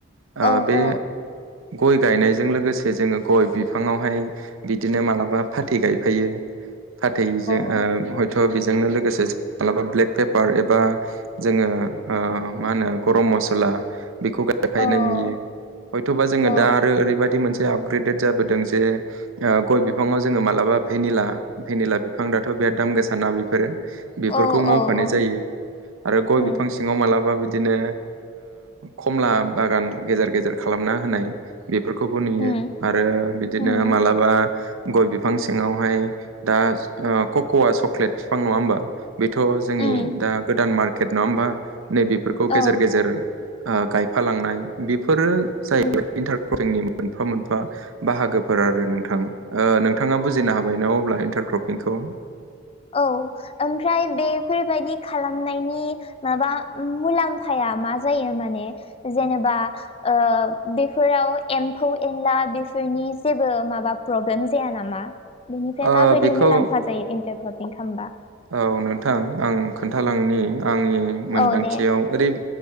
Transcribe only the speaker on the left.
औ
औ
औ
औ
औ
औ
औ औ
उम
उम
उम
उम
औ
उम
औ ओमफ्राय बेफोरबायदि खालामनायनि माबा मुलाम्फाया मा जायो माने जेनेबा ओ बेफोराव एम्फौ एनला बेफोरनि जेबो माबा प्रब्लेम जाया नामा? बेनिफ्राय
माबायदि
मुलाम्फा जायो इन्टारग्लपिं खालामबा?
औ दे